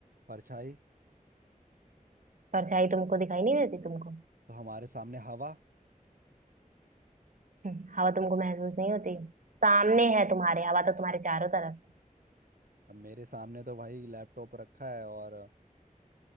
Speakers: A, on the right; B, on the right.
A: परछाई
B: परछाई तुमको दिखाई नहीं देती तुमको
A: तो हमारे सामने हवा
B: हम्म, हवा तुमको महसूस नहीं होती सामने है तुम्हारे हवा तो तुम्हारे चारों तरफ है।
A: अब मेरे सामने तो भाई लैपटॉप रखा है और